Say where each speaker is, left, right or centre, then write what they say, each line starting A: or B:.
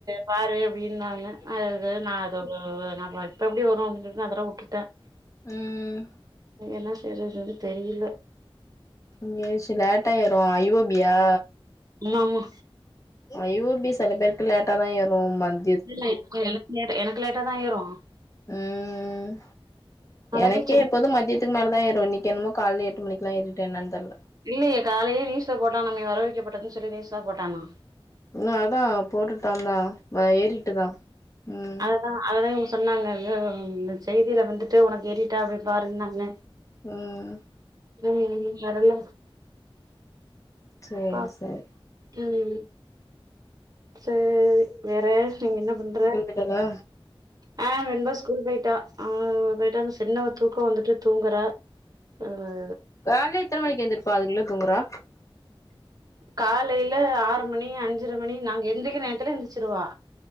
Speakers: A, on the right; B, on the left.
A: பாரு அப்டினாங்க அது நான் அத நான் பார் இப்ப எப்டி வரும் அப்டினு சொல்லிட்டு அதெல்லாம் வுட்டுட்டேன்
B: ம் ம்
A: என்ன செய்யறதுன்னு தெரில
B: லூசு லேட் ஆய்ரும் ஐ வோ பி யா
A: ஆமாம்மா
B: ஐ ஓ பி சில பேருக்கு லேட்டா தான் ஏரும் மண்
A: இல்ல எனக்கு லேட் எனக்கு லேட்டாதா ஏரும்
B: ம் எனக்கே
A: போய் செக்
B: எப்போதும் மத்தியத் துக்கு மேல தான் ஏரும் இன்னிக் எண்ணமோ கால்ல எட்டு மணிக்கிலாம் யேரிட்டு யென்னானு தெர்ல
A: இல்லையே காலைலே நியூஸ்ல போட்டானாமே வரவு வைக்கப்பட்டதுன்னு சொல்லி நியூஸ்ல போட்டானா
B: இன்னும் அதான் போட்டுட்டான்லா ஆ தா ஏறிட்டு தான் ம்
A: அததான் இவங்க சொன்னாங்க அ இந்த செய்தியில வந்துட்டு உனக்கு ஏரிட்டா அப்டின்னு பாருன்னாங்க
B: ம்
A: ம் ம் வரல்லா
B: சேரி
A: அப்பா
B: சேரி
A: ம் ம் சேரி வேற நீங்க என்ன பண்ற
B: போய்ட்டால்லா
A: ஆ வெண்பா ஸ்கூல் போயிட்டா ஆ போயிட்டா சின்னவ தூக்கம் வந்துட்டு தூங்குறா ஆ அதேதான்
B: கால்ல எத்தன மணிக்கு எந்திரிப்பா அதுங்குள்ள தூங்குறா
A: காலையில ஆறு மணி அஞ்சுர மணி நாங்க எந்திரிக்குற நேரத்துல எந்திரிச்சுருவா